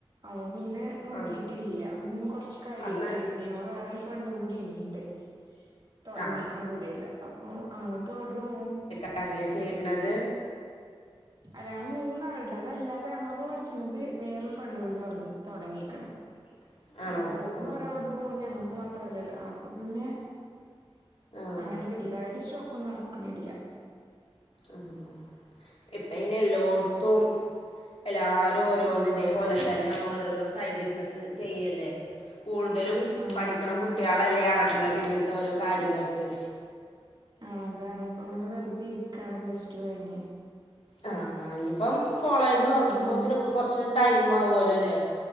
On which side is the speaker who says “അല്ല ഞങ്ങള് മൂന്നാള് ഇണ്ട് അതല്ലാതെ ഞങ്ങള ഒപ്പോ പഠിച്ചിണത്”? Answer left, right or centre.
Right